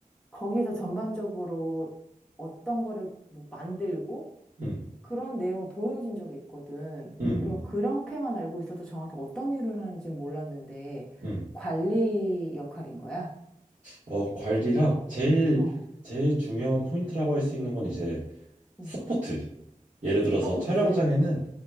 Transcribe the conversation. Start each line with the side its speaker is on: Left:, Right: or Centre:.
Centre: 거기서 전반적으로 어떤 거를 뭐 만들고
Right: 음,
Centre: 그런 내용을 보여준 적이 있거든.
Right: 음,
Centre: 근데 뭐 그렇게만 알고 있어서 정확히 어떤 일을 하는지 몰랐는데,
Right: 음.
Centre: 관리 역할인 거야.
Right: 어, 관리랑 제일
Centre: 어,
Right: 제일 중요한 포인트라고 할 수 있는 건 이제
Centre: 응.
Right: 서포트. 예를 들어서
Centre: 서포트.
Right: 촬영장에는